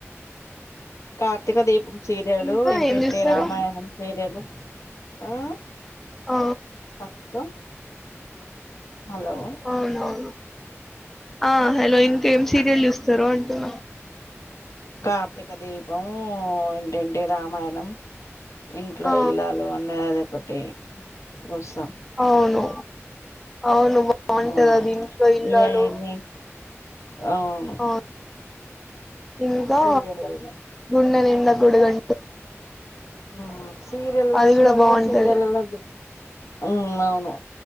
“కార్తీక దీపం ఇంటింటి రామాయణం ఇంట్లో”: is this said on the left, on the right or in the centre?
Left